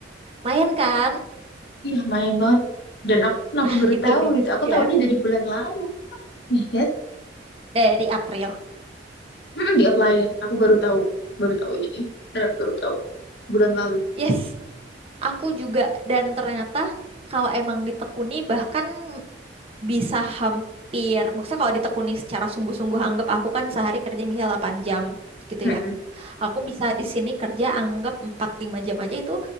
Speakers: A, on the right; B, on the left.
A: lumayan kan?
B: Iya, main banget. Dan aku kenapa
A: Nah,
B: baru
A: Itu
B: tahu
A: dia
B: gitu? Aku tahunya dari bulan lalu. Lihat,
A: dari April.
B: Mm-mm, di Outlier. Aku baru tahu, baru tahu ini. Beneran Baru tahu bulan lalu.
A: Yes, aku juga dan ternyata kalau emang ditekuni bahkan bisa hampir maksudnya kalau ditekuni secara sungguh-sungguh anggap aku kan sehari kerja misalnya 8 jam gitu
B: Mm-mm.
A: ya aku bisa di sini kerja anggap empat lima jam aja itu